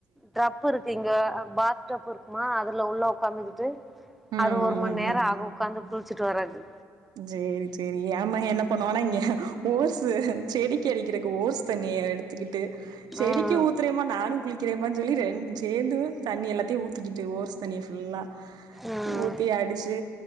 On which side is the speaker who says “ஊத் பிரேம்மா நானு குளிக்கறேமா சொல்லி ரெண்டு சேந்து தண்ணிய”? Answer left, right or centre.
Right